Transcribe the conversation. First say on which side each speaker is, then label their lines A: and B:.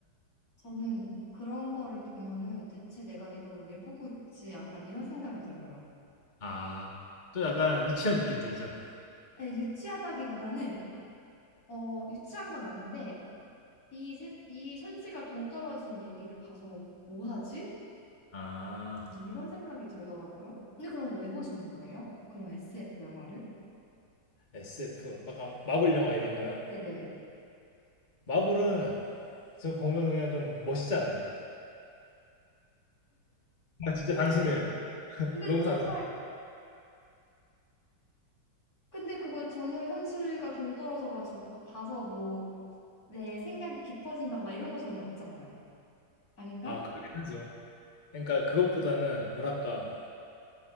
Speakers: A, on the left (about 50°); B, on the left (about 30°).
A: 저는 그런 거를 보면은 대체 내가 이걸 왜 보고 있지? 약간 이런 생각이 들어요.
B: 아. 또 약간 유치한 느낌 들죠.
A: 예, 유치하다기보다는, 어, 유치한 건 아닌데, 이, 세, 이 현지가 동떨어진 얘기를 봐서 뭐 하지?
B: 아.
A: 이런 생각이 들더라고요. 근데 그런 거 왜 보시는 거예요? 그런 SF 영화를?
B: SF 약간 마블 영화 이런 거요?
A: 네네.
B: 마블은 저 보면 그냥 좀 멋있잖아요. 뭔가 진짜
A: 근데,
B: 단순해요.
A: 근데
B: 너무
A: 정말,
B: 단순.
A: 근데 그거 전혀 현실과 동떨어져가지고 그거 봐서 뭐 내 생각이 깊어진다거나 이런 거 전혀 없잖아요. 아닌가?
B: 아, 그러긴 하죠. 그러니까 그것보다는 뭐랄까